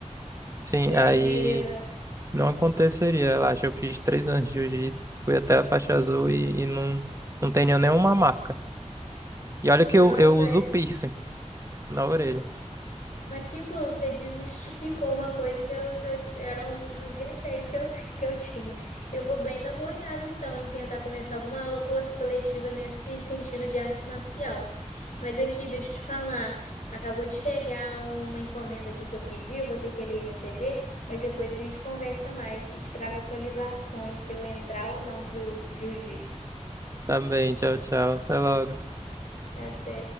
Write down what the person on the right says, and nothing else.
sim,
aí.
Não aconteceria, relaxa. Eu fiz três anos de jiu-jitsu, fui até a faixa azul e, e não, não tenho nenhuma marca. E olha
que eu, eu uso piercing na orelha.
Tá bem, tchau, tchau. Até logo.